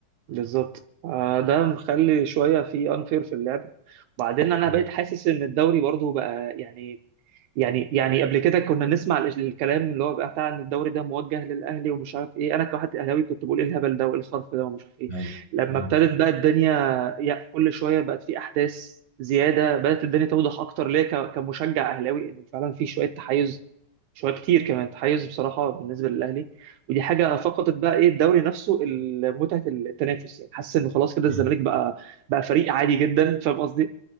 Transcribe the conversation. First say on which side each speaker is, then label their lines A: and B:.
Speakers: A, on the right; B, on the right.
A: بالظبط آه، ده مخلي شويه في انفير في اللعبه وبعدين انا
B: مم.
A: بقيت حاسس ان الدوري برضو بقى يعني يعني يعني قبل كده كنا نسمع ال- الكلام اللي هو بقى بتاع ان الدوري ده موجه للاهلي ومش عارف ايه انا كواحد اهلاوي كنت بقول ايه الهبل ده وايه الصرف ده ومش عارف ايه
B: أيوة.
A: لما
B: مم.
A: ابتدت بقى الدنيا يا كل شويه بقت في احداث زياده بدات الدنيا توضح اكتر ليا ك- كمشجع اهلاوي ان فعلا في شويه تحيز شويه كتير كمان تحيز بصراحه بالنسبه للاهلي ودي حاجه فقدت بقى ايه الدوري نفسه ال- متعه التنافس يعني حاسس انه خلاص كده
B: مم.
A: الزمالك بقى بقى فريق عادي جدا فاهم قصدي